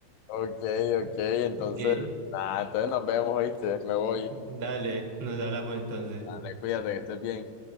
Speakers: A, on the left; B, on the right.
A: Ok, ok, entonces,
B: Ok.
A: ah, entonces nos vemos, ¿viste? Me voy.
B: <laughs> Dale, nos hablamos entonces.
A: Dale, cuídate, que estés bien.